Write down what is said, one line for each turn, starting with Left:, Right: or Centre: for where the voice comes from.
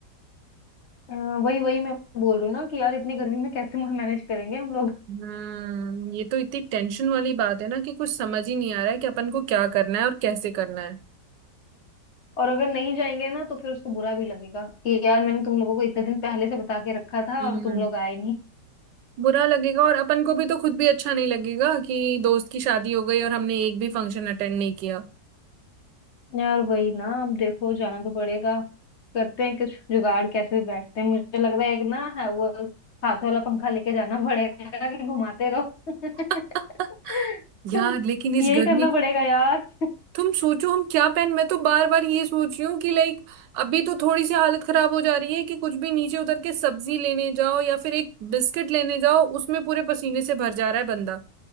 Left: अ, वही वही मैं बोल रही हूँ ना कि यार इतनी गर्मी में कैसे <laughs> मैनेज करेंगे हम लोग
Right: हम्म ये तो इतनी टेंशन वाली बात है ना कि कुछ समझ ही नहीं आ रहा है कि अपन को क्या करना है और कैसे करना है
Left: और अगर नहीं जाएंगे ना तो फिर उसको बुरा भी लगेगा कि यार मैंने तुम लोगों को इतने दिन पहले से बता के रखा था
Right: हम्म
Left: और तुम लोग आए नहीं
Right: बुरा लगेगा और अपन को भी तो खुद भी अच्छा नहीं लगेगा कि दोस्त की शादी हो गई और हमने एक भी फंक्शन अटेंड नहीं किया
Left: यार वही ना अब देखो जाना तो पड़ेगा करते हैं कुछ जुगाड़ कैसे बैठते हैं मुझे लग रहा है एक ना है वो हाथ वाला पंखा लेके जाना पड़ेगा कि घुमाते रहो
Right: <laughs>
Left: <laughs>
Right: यार लेकिन
Left: यही
Right: इस गर्मी
Left: करना पड़ेगा यार
Right: तुम सोचो हम क्या पहन मैं तो बार बार ये सोच रही हूँ कि लाइक अभी तो थोड़ी सी हालत खराब हो जा रही है कि कुछ भी नीचे उतर के सब्जी लेने जाओ या फिर एक बिस्किट लेने जाओ उसमें पूरे पसीने से भर जा रहा है